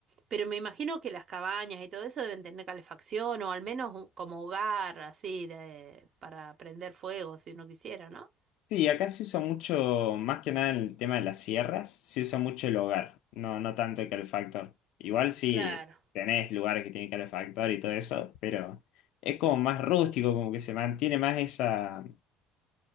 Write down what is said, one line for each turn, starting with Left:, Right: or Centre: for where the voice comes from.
Right: pero me imagino que las cabañas y todo eso deben tener calefacción o al menos un- como hogar así de, para prender fuego si uno quisiera, ¿no?
Left: Sí, acá se usa mucho, más que nada en el tema de las sierras, se usa mucho el hogar, no, no tanto el calefactor. Igual sí
Right: Claro.
Left: tenés lugares que tienen calefactor y todo eso, pero es como más rústico, como que se mantiene más esa,